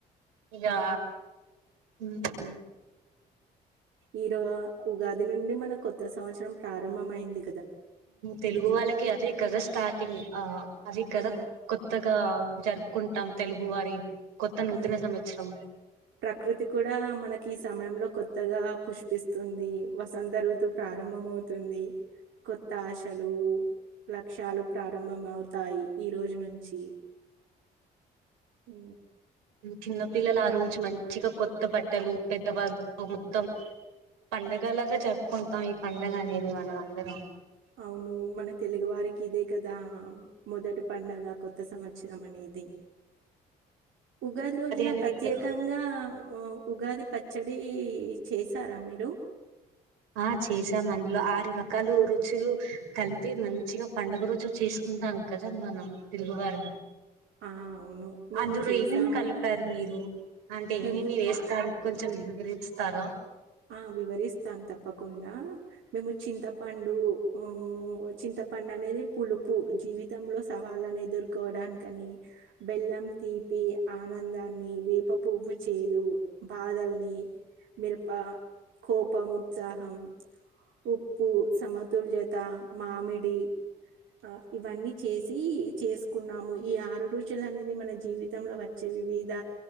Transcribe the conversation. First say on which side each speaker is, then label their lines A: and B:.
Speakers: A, on the right; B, on the right.
A: ఇగా
B: ఆ!
A: మ్ హ్
B: ఈ రో ఉగాది నుండి మన కొత్త సంవత్సరం ప్రారంభం అయింది
A: తెలుగు వాళ్ళకి అది కదా స్టార్టింగ్ అది కదా
B: ఆ!
A: కొత్తగా జరుపుకుంటాం తెలుగు వారి కొత్త నూతన
B: ఉ
A: సంవత్సరం
B: ప్రకృతి కూడా మనకి ఈ సమయంలో కొత్తగా పుష్ప పిస్తుంది వసంత ఋతువు ప్రారంభం అవుతుంది కొ త్తాశలు లక్ష్యాలు ప్రారంభమవుతాయి ఈ రోజు నుంచి ఉ
A: చిన్నపిల్లలు ఆ రోజు మంచిగా కొత్త బట్టలు పెద్దవాళ్ళతో మొత్తం పండగలాగా జరుపుకుంటాం ఈ పండగ అనేది మనం అందరం
B: అవును మన తెలుగువారికి ఇదే కదా మొదటి పండగ కొత్త సంవత్సరం అనేది ఉగాది రోజున
A: అనేది
B: ప్రత్యేకంగా
A: ప్రతి
B: ఉగాది పచ్చడి చేసారా మీరు
A: ఆ చేసాం అందులో ఆరు రక కాలు రుచులు కలిపి మంచిగా పండుగ రోజు చేసుకుంటాం కదా మనం తెలుగువారం
B: ఆ, అవును మేము
A: అందులో
B: చేసాము
A: ఏమేమ్ కలిపారు మీరు అంటే ఏమేమి
B: మేము
A: వేస్తారు కొంచెం వివ తారా
B: ఆ వివరిస్తాను తప్పకుండా మేము చింతపండు ఉ చింతపండు అనేది పులుపు జీవితంలో సవాళ్ళను ఎదుర్కోవడానికని బెల్లం తీపి ఆనందాన్ని వేప పువ్వు చేదు బాధల్ని మిరప కోపం ఉత్సాహం ఉప్పు సమతుల్యత మామిడి ఆ ఇవన్నీ చేసి చేసుకున్నాము ఈ ఆరు ఋచుల అనేది మన జీవితంలో వచ్చే వివిధ